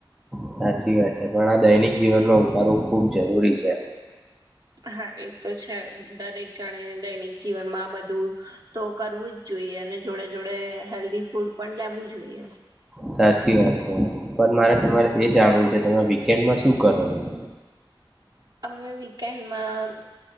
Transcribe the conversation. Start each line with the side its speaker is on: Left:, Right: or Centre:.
Centre: સાચી વાત છે પણ આ દૈનિક જીવનમાં ઉતારવું ખુબ જરૂરી છે.
Right: હા એ તો છે દરેક જણે દૈનિક જીવનમાં આ બધું તો કરવું જ જોઈ જોએ અને જોડે- જોડે હેલ્ધી ફૂડ પણ લેવું જોઈએ.
Centre: સાચી વાત છે પણ મારે તમારે એ જાણવું છે તમે વીકેન્ડમાં શું કરો છો હ
Right: અમે વીકેન્ડ માં